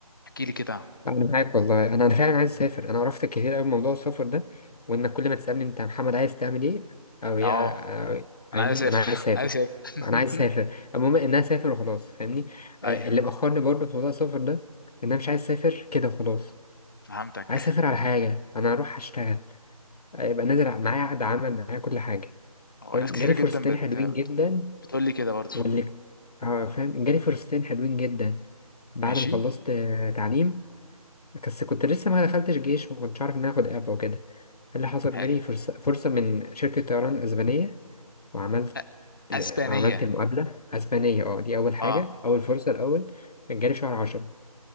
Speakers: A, on the left; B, on the left.
A: احكي لي كده
B: انا معاك والله انا فعلا عايز اسافر انا عرفت كتير قوي موضوع السفر ده وانك كل ما تسالني انت يا محمد عايز تعمل ايه او يا
A: اه
B: أو- فاهمني
A: انا عايز اسافر
B: انا عايز اسافر
A: <laughs> عايز اسافر
B: انا عايز اسافر
A: <laughs>
B: المهم ان انا اسافر وخلاص فاهمني
A: ايوه
B: آه، اللي مأخرني برضه في موضوع السفر ده ان انا مش عايز اسافر كده وخلاص
A: فهمتك
B: عايز اسافر على حاجه انا اروح اشتغل آه، يبقى نازل ع- معايا عقد عمل معايا كل حاجه
A: هو
B: فاهم
A: ناس كتيره
B: جالي
A: جدا
B: فرصتين
A: بت
B: حلوين
A: بت-
B: جدا
A: بتقول لي كده برضو
B: واللي اه فاهم جالي فرصتين حلوين جدا بعد
A: ماشي
B: ما خلصت آه، تعليم بس كنت لسه ما دخلتش جيش وما كنتش عارف ان انا اخد اعفاء وكده إيه اللي حصل
A: حلو
B: جالي فرصة فرصة من شركة طيران اسبانية وعملت
A: أ- اسبانيه
B: عملت المقابلة اسبانية اه دي اول حاجة
A: اه
B: اول فرصة الاول كان جالي شهر عشرة